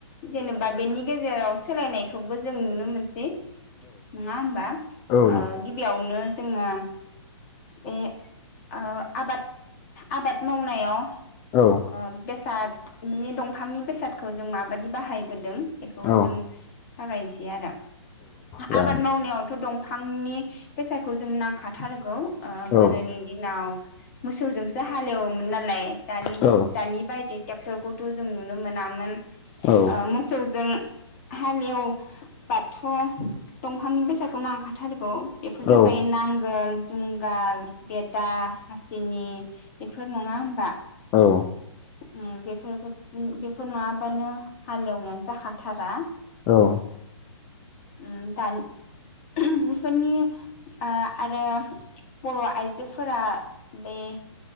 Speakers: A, on the left; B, on the left.
A: जेनेबा नि गेजेराव सोलायनायखौबो जों नुनो मोनसै । नङा होमबाओ
B: नंगौ
A: गिबियावनो जोङो बे ओ आबाद आबाद मावनायाव
B: औ
A: ओ बेसाद माने दंफांनि बेसादखौ जों माबादि बाहायबोदों। बेखौ
B: औ
A: जों सावरायनोसै आरो
B: जागोन
A: आबाद मावनायावथ' दं। बिफांनि बेसादखौ जों नांखाथारगौ। ओ
B: औ
A: गोदोनि दिनाव मोसौजोंसो हालेवोमोन ना थाय दानि
B: औ
A: दानि बायदि टेक <unintelligible> थ जों नुनो मोनामोन
B: औ
A: ओ मोस उम हालेव बाथ दंफांनि बेसादखौ नांखाथारगौ बेफोर जाबाय
B: औ
A: नांगोल जुंगाल बेदा, हासिनि बेफोर नङा होमबा।
B: औ
A: ओम बेफोर बेफोर नङाबानो हालेवनायानो जाखाथारा।
B: औ
A: ओम दानि बेफोरनि ओ आरो बर आइजोफोरा बे